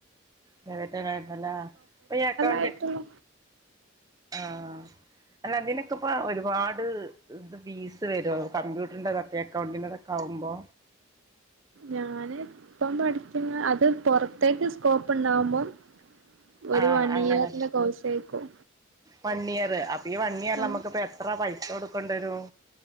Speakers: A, on the right (about 20°); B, on the right (about 75°).
A: പ്രൈവറ്റ് യിരുന്നല്ല അപ്പോ ഈ അക്കൗണ്ട്
B: ആയിട്ടുള്ള
A: ആ അല്ല അതിനൊക്കെ ഇപ്പ ഒരുപാട് ഇത് ഫീസ് വരോ കമ്പ്യൂട്ടറിന്റെതൊക്കെ അക്കൗണ്ടിന്റെതൊക്കെ ആവുമ്പോ
B: ഞാന് ഇപ്പം പഠിക്കുന്ന അത് പുറത്തേക്ക് സ്കോപ്പ് ഉണ്ടാവുമ്പം ഒരു
A: ആ
B: വൺ
A: അങ്ങനെ
B: ഇയറിന്റെ കോഴ്സായിരിക്കും
A: വൺ ഇയർ അപ്പൊ ഈ വൺ ഇയർ
B: ആ
A: നമുക്കിപ്പോ എത്ര പൈ കൊടുക്കേണ്ടി വരും